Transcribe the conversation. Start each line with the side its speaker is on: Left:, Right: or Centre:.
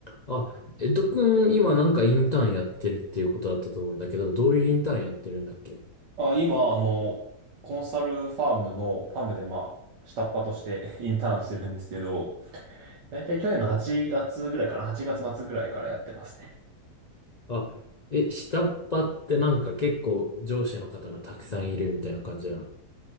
Left: あ、えと、ドくん、今なんかインターンやってるっていうことだったと思うんだけど、どういうインターンやってるんだっけ
Right: あ、今、あの、コンサルファームの、ファームでまあ、下っ端として <laughs> インターンしてるんですけど、だいたい去年の8月ぐらいかな、8月末ぐらいからやってますね。
Left: あ、え、下っ端ってなんか結構上司の方がたくさんいるみたいな感じなの。